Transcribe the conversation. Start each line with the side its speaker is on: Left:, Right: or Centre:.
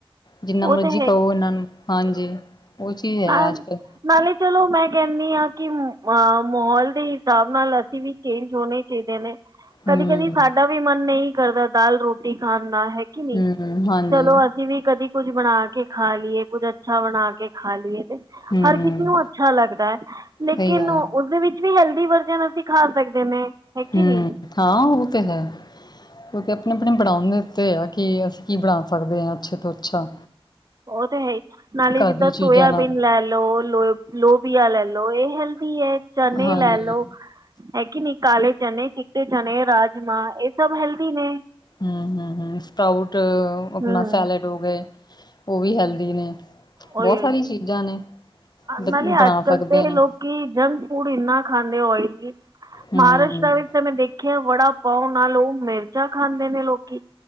Left: ਜਿੰਨਾ
Right: ਉਹ
Left: ਮਰਜ਼ੀ
Right: ਤਾਂ
Left: ਕਰੋ, ਇਹਨਾਂ ਨੂੰ ਹਾਂਜੀ। ਉਹ ਚੀਜ਼ ਹੈ
Right: ਨਾਲ-ਨਾਲੇ
Left: ਅੱਜ-ਕੱਲ
Right: ਚਲੋ ਮੈਂ, ਕਹਿੰਦੀ ਹਾਂ, ਕਿ ਅਹ ਮਾਹੌਲ ਦੇ ਹਿਸਾਬ ਨਾਲ ਅਸੀਂ ਵੀ ਚੇਂਜ ਹੋਣੇ ਚਾਹੀਦੇ ਨੇ। ਕਦੀ-ਕਦੀ
Left: ਹੂੰ
Right: ਸਾਡਾ ਵੀ ਮਨ ਨਹੀਂ ਕਰਦਾ, ਦਾਲ ਰੋਟੀ ਖਾਣ ਹੈਗੀ ਨੀ
Left: ਹੂੰ ਹਾਂਜੀ
Right: ਚਲੋ, ਅਸੀਂ ਵੀ ਕਦੀ ਕੁੱਝ ਬਣਾ ਕੇ ਖਾ ਲਈਏ ਕੁੱਝ ਅੱਛਾ ਬਣਾ ਕੇ ਖਾ ਲਈਏ ਤੇ
Left: ਹੂੰ
Right: ਹਰ ਕਿਸੇ ਨੂੰ ਅੱਛਾ ਲੱਗਦਾ ਹੈ, ਲੇਕਿਨ
Left: ਸਹੀ ਗੱਲ
Right: ਉਸਦੇ
Left: ਹੈ
Right: ਵਿੱਚ ਵੀ ਹੈਲਦੀ ਵਰਜਨ ਅਸੀਂ ਖਾ ਸਕਦੇ ਨੇ, ਹੈ ਕਿ
Left: ਹੂੰ,
Right: ਨਹੀਂ
Left: ਹਾਂ ਉਹ ਤੇ ਹੈ। ਉਹ ਤਾਂ ਆਪਣੇ ਆਪਣੇ ਬਣਾਣ ਦੇ ਉੱਤੇ ਆ, ਕਿ ਅਸੀਂ ਕੀ ਬਣਾ ਸਕਦੇ ਹਾਂ ਅੱਛੇ ਤੋਂ ਅੱਛਾ।
Right: ਉਹ ਤੇ ਹੈ ਹੀ ਨਾਲੇ
Left: ਘਰ
Right: ਜਿੱਦਾਂ
Left: ਦੀਆਂ
Right: ਸੋਇਆਬੀਨ
Left: ਚੀਜ਼ਾਂ ਨਾਲ
Right: ਲੈ ਲਓ, ਲੋ ਲੋਬੀਆ ਲੈ ਲੋ ਇਹ ਹੈਲਦੀ ਹੈ। ਚਨੇ
Left: ਹਾਂਜੀ
Right: ਹੀ ਲੈ ਲਓ, ਹੈਗੀ ਨੀ ਕਾਲੇ ਚਨ, ਚਿੱਟੇ ਚਣੇ, ਰਾਜਮਾ, ਇਹ ਸਭ ਹੈਲਦੀ ਨੇ
Left: ਹੂੰ-ਹੂੰ-ਹੂੰ, ਸਕਾਊਟ ਆਪਣਾ
Right: ਹੂੰ
Left: ਸੈਲਡ ਹੋ ਗਏ, ਉਹ ਵੀ ਹੈਲਦੀ ਨੇ
Right: ਓਏ
Left: ਬਹੁਤ ਸਾਰੀ ਚੀਜ਼ਾਂ ਨੇ, ਬ
Right: ਨਾਲੇ
Left: ਬਣਾ
Right: ਅੱਜ-ਕੱਲ
Left: ਸਕਦੇ
Right: ਤੇ
Left: ਨੇ
Right: ਲੋਕੀ ਜੰਕ ਫੂਡ ਇੰਨਾ ਖਾਂਦੇ ਹੋਏਗੇ।
Left: ਹੂੰ
Right: ਮਹਾਰਾਸ਼ਟ ਵਿੱਚ ਤਾਂ ਮੈਂ ਦੇਖਿਆ ਵੜਾ ਪਾਓ, ਨਾਲ ਉਹ ਮਿਰਚਾਂ ਖਾਂਦੇ ਨੇ ਲੋਕੀ।